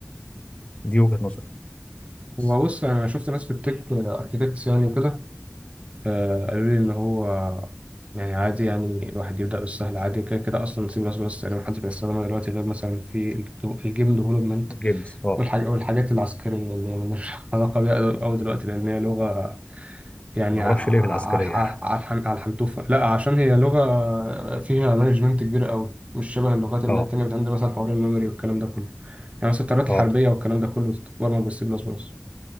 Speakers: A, on the left; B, on the right.
A: دي وجهة نظري بس.
B: هو بص انا شفت ناس في التك اركيتكتس يعني وكده آه قالوا لي ان هو يعني عادي يعني الواحد يبدا بالسهل عادي كده كده اصلا سي بلس بلس تقريبا محدش بيستخدمها دلوقتي غير مثلا في الجيم ديفلوبمنت
A: جيمز اه
B: والحاج... والحاجات العسكرية اللي هي ملهاش <laughs> علاقة بيها أوي دلوقتي لأن هي لغة يعني
A: ما
B: ع-
A: اعرفش
B: ع-
A: ليه في العسكرية
B: ع-
A: <laughs>
B: على الحن- على الحنتوفة لا عشان هي لغة فيها مانجمنت كبير أوي مش شبه اللغات اللي
A: اه
B: هي التانية بتعمل مثلا حوار الميموري والكلام ده كله يعني مثلا الطيارات الحربية
A: اه
B: والكلام ده كله بتتبرمج بالسي بلس بلس